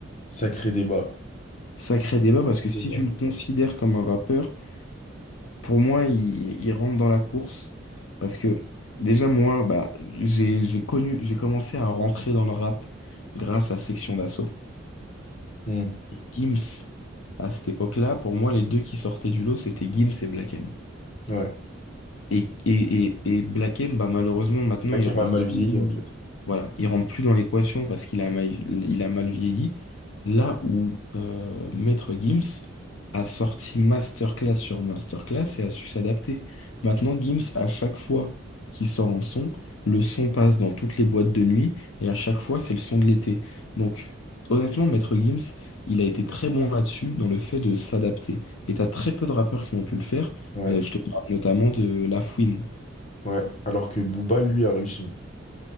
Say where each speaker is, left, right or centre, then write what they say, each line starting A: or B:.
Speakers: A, on the left; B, on the left.
A: Sacré débat.
B: Sacré débat
A: Sacré
B: parce que si
A: débat.
B: tu le considères comme un rappeur, pour moi, il, il rentre dans la course. Parce que déjà, moi, bah, j'ai, j'ai connu, j'ai commencé à rentrer dans le rap grâce à Section d'Assaut
A: Hum,
B: et Gims. À cette époque-là, pour moi, les deux qui sortaient du lot, c'était Gims et Black M.
A: Ouais.
B: Et, et, et, et Blakem, bah, malheureusement, maintenant,
A: Hakim
B: il rentre
A: a mal vieilli,
B: plus,
A: en fait.
B: voilà, il rentre plus dans l'équation parce qu'il a mal, il a mal vieilli. Là où euh, Maître Gims a sorti masterclass sur masterclass et a su s'adapter. Maintenant, Gims, à chaque fois qu'il sort un son, le son passe dans toutes les boîtes de nuit et à chaque fois, c'est le son de l'été. Donc, honnêtement, Maître Gims, il a été très bon là-dessus dans le fait de s'adapter. Et t'as très peu de rappeurs qui ont pu le faire.
A: Ouais,
B: Euh, je te parle notamment de La Fouine.
A: ouais. Alors que Booba, lui, a réussi.